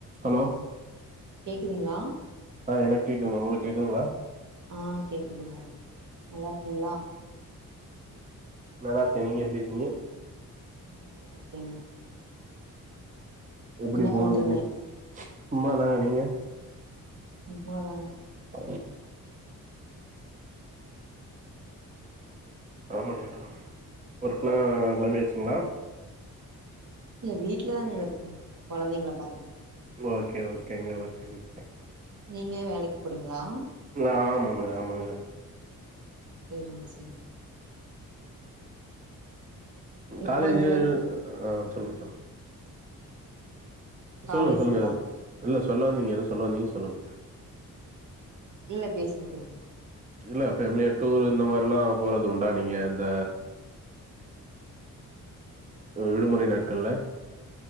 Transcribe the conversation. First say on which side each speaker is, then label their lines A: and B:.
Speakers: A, on the right; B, on the right.
A: Hello
B: கேக்குதுங்களா
A: ஆ என கேக்குதுங்க உங்களுக்கு கேக்குதுங்களா
B: ஆ கேக்குதுங்க நல்லா இருக்கீங்களா
A: நல்லா இருக்கேன் நீங்க எப்படி இருக்கீங்க
B: ம் நல்லா இருக்கேங்க
A: எப்படி
B: என்ன
A: போகுது
B: பண்றீங்க
A: இன்னை சும்மாதாங்க நீங்க
B: சும்மாதாங்க
A: அ <unintelligible> வொர்க்லா கெளம்பியாச்சுங்களா
B: இல்ல வீட்ல தானங்க இருக்கோ கொழந்தைங்கள பாத்துட்டு
A: ஓகே ஓகேங்க ஓகேங்க
B: நீங்க வேலைக்கு போறீங்களா
A: ஆ மாங்க ஆமாங்க
B: செரிங்க செரிங்க
A: காலேஜ்
B: இப்போ இது வந்து
A: ஆ சொல்லுங்க சொல்லுங்க
B: காலேஜுங்களா
A: சொல்லுங்க சொல்லுங்க இல்ல சொல்ல வந்தீங்க ஏதோ சொல்ல வந்தீங்க சொல்லுங்க
B: இல்ல பேசுங்க பேசுங்க
A: இல்ல ஃபேமிலியா டூரு இந்த மாரிலா போறது உண்டா நீங்க இந்த விடுமுறை நாட்கள்ல